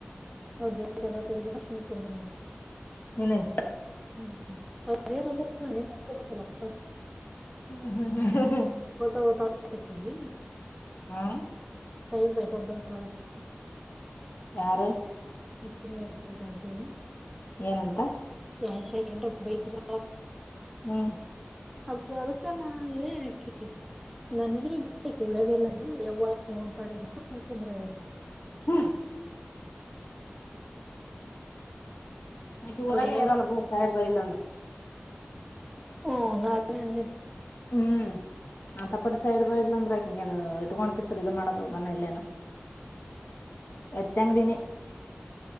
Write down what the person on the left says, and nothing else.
ಎಲ್ಲಿ
ಹ್ಮ್ ಹ್ಮ್ ಹ್ಮ್ಮ
ಹಾ
ಯಾರ
ಏನಂತ
ಹ್ಮ್
ಹ್ಮ್ ಮತ್ತೆ ಊರಾಗೇ
ಇರಲ್ಲ ಬೂಡು ಕಾರ್ಡ್ ಬರಲಿಲ್ಲ ಅಂದ್ರೆ
ಹ್ಮ್ ಅಂತಪರಿ ಸೈಡ್ ಬೈಡ್ಲ ಅಂದ್ರೆ ಆಕೆ ಹೆಂಗೆ ಇಟ್ಕೊಂಡ್ ಕಿಸರ್ ಇ ಮಾಡೋದು ನನ ಇಲ್ಲೇನ. ಎತ್ತ ಅಂಗಡಿನಿ